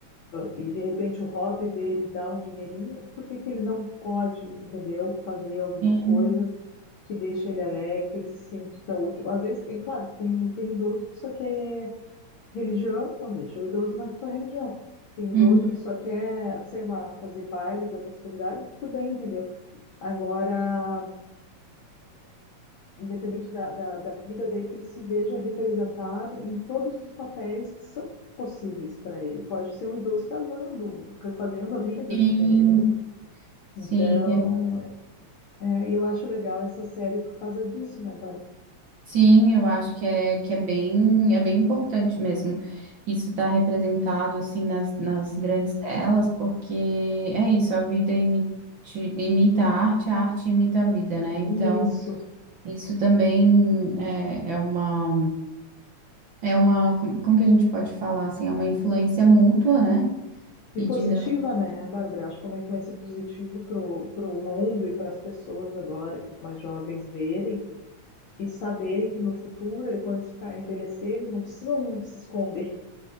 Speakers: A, on the left; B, on the right.
A: e de repente o hobby dele dá um dinheirinho, por que que ele não pode, entendeu? Fazer alguma
B: Sim.
A: coisa que deixe ele alegre, que ele se sinta útil. Às vezes tem, claro, tem, tem idoso que só quer Religião, então deixa o idoso na sua religião. Tem idoso
B: Uhum.
A: que só quer, sei lá, fazer baile da terceira idade, tudo bem, entendeu? Agora, independente da, da, da vida dele, que ele se veja representado em todos os papéis que são possíveis para ele. Pode ser um idoso casando, refazendo a vida,
B: Sim,
A: tu entendeu?
B: sim.
A: Então, é, eu acho legal essa série por causa disso, né, Bárbara?
B: Sim, eu acho que é, que é bem, é bem importante mesmo. Isso estar representado assim nas, nas grandes telas, porque é isso, a vida imite- imita a arte, a arte imita a vida, né? Então,
A: Isso.
B: isso também é, é uma, é uma, como como que a gente pode falar assim, é uma influência mútua, né?
A: E
B: E
A: positiva,
B: dinâmica.
A: né, Bárbara? Acho que é uma influência positiva para o mundo e para as pessoas agora, que os mais jovens verem e saberem que no futuro, quando eles ficarem envelhecer, eles não precisam se esconder.